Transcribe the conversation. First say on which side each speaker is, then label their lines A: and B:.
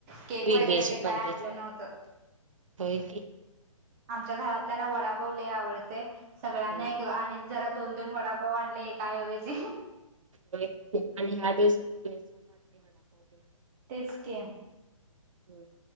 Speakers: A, on the right; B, on the right.
A: केक
B: विदेशी
A: वगैरे ते काय
B: पद्धत
A: आणलं नव्हतं..
B: होय की
A: आमच्या घरातल्या ना वडापावले आवडते. सगळ्यांना
B: होय
A: के आणि जरा. दोन दोन वडापाव आणले एकाऐवजी.
B: आणि ह्या दिवसात वडापाव ते.
A: तेच की.
B: हम्.